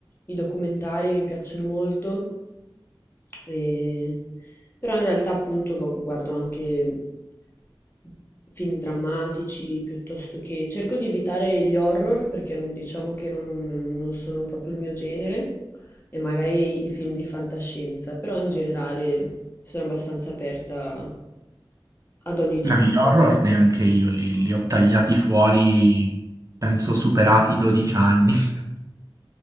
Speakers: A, on the left; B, on the right.
A: i documentari, mi piacciono molto. E- Però in realtà appunto vo- guardo anche mhmm, film drammatici, piuttosto che... Cerco di evitare gli horror, perché non- diciamo che non non sono proprio il mio genere e magari i film di fantascienza, però in generale sono abbastanza aperta ad ogni tipo
B: No, gli horror
A: di...
B: neanche io li, li ho tagliati fuori, penso superati i 12 anni, <laughs>